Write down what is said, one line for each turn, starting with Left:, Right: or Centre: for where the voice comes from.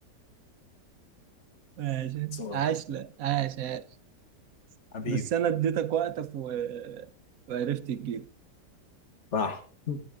Right: <laughs> ماشي
Left: صح.
Right: عاش لا عاش عاش
Left: حبيبي
Right: بس أنا اديتك وقتك و... وعرفت تجيب
Left: صح